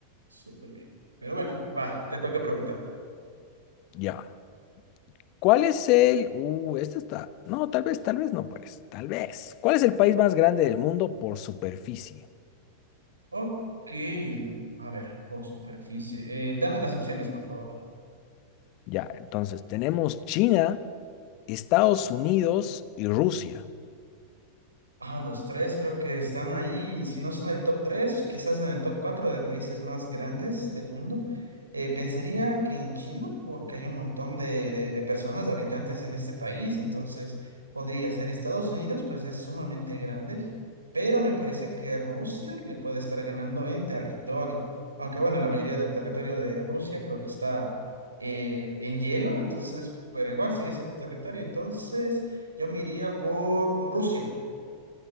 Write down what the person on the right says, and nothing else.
Súper bien. Pero bueno, va, te toca preguntarme.
Ok, el- a ver, por superficie. Eh, dame las opciones, por favor.
Ah, los tres creo que están ahí, si no son el top tres, quizás en el top cuatro de países más grandes del mundo. Eh, pensaría que en China, porque hay un montón de, de, de personas, de habitantes en este país, entonces podría ser Estados Unidos, pues es sumamente grande, pero me parece que Rusia le puede estar ganando en territorio, aunque bueno, la mayoría del territorio de Rusia creo que está eh, en hielo, entonces, pero igual sigue siendo territorio, entonces yo me iría por Rusia.